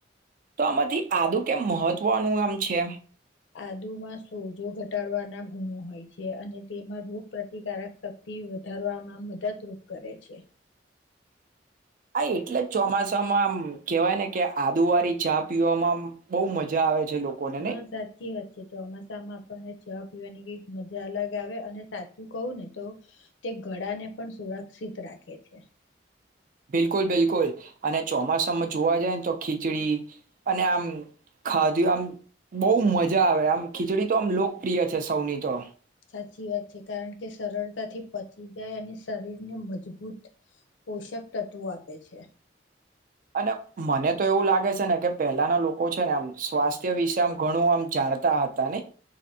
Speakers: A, on the right; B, on the left.
A: તો આમાંથી આદું કેમ મહત્વનું આમ છે?
B: આદુમાં સોજો ઘટાડવાના ગુણો હોય છે અને તેમાં રોગ પ્ર્રતિકારક શક્તિ વધારવામાં મદદરૂપ કરે છે.
A: હા એટલે જ ચોમાસામાં કેવાય ને કે આદુ વાળી ચા પીવામાં બહુ મજા આવે છે. લોકોને નહી
B: હા સાચી વાત. કે ચોમાસામાં આપણને ચા પીવાની કઈક મજા અલગ આવે અને સાચું કહું ને તો તે ગળા ને પણ સુરક્ષિત શિત રાખે છે.
A: બિલકુલ બિલકુલ અને ચોમાસામાં જોવા જાયને તો ખીચડી અને આમ ખાધું આમ બહુ મજા આવે આમ ખીચડી તો આમ લોકપ્રિય છે સૌની તો.
B: સાચી વાત છે કારણ કે સરળતાથી પચી જાય અને શરીરને મજબૂત પોષક તત્વો આપે છે.
A: અને મને તો એવું લાગે છે ને કે પહેલાના લોકો છે ને આમ સ્વાસ્થ્ય વિશે આમ ઘણું આમ જાણતા હતા નયી